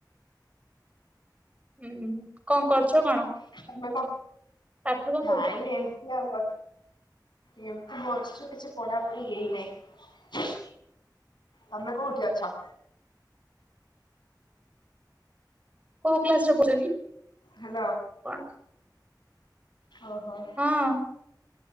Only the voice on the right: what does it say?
ହୁଁ କନ୍ କରୁଚ କଣ?
ପାଠ କଣ ପଢୁଛ
କୋଉ କ୍ଲାସରେ ପଢୁଚ କି?
କଣ?
ହଁ।